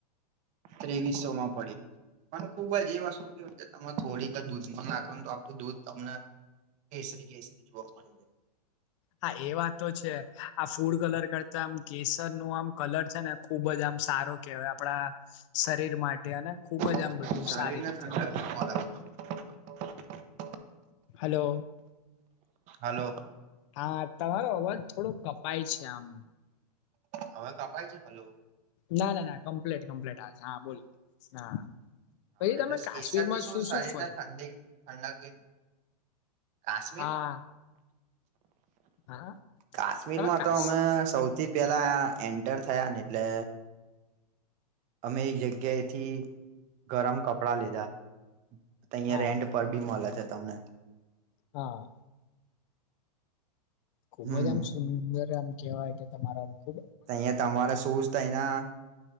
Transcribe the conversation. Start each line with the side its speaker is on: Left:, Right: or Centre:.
Right: ત્રેવીસો માં પડી પણ ખુબ જ એ વસ્તુ કેવી રીતે તમાં થોડીક દૂધ નાખવા તો આપડું દૂધ તમને કેસરી કેસરી જોવા મળી જાય.
Left: હા એ વાત તો છે આ ફૂડ કલર કરતા આમ કેસર નું આમ કલર છે ને ખુબ જ આમ સારો કેહેવાય આપડા શરીર માટે અને ખુબ જ
Right: શરીરને
Left: આમ બધું સારી રીતે
Right: ઠંડક
Left: હોય
Right: આવે.
Left: હલો.
Right: હલો
Left: હા, તમારો અવાજ થોડો કપાય છે આમ.
Right: હવે કપાય છે, હલો?
Left: ના ના ના કમ્પ્લીટ કમ્પ્લીટ. હા બોલો હા. પછી
Right: હા,
Left: તમે
Right: એટલે
Left: કાશ્મીરમાં
Right: કેસરથી શું શરીર
Left: ફર્યું
Right: ને ઠંડી ઠંડક એમ કાશ્મીરમાં
Left: હા હા
Right: કાશ્મીરમાં
Left: તમે કાશ
Right: તો અમે સૌથી પેલા આ એન્ટર થયા ને એટલે અમે એક જગ્યાએથી ગરમ કપડા લીધા તહીંયા
Left: હા
Right: રેન્ટ પર બી મલે છે તમને.
Left: હા. ખુબ
Right: હમ
Left: જ એમ સુંદર એમ કેવાય કે તમારો આમ ખૂબ
Right: અહિયાં તમારે શુંઝ તો એના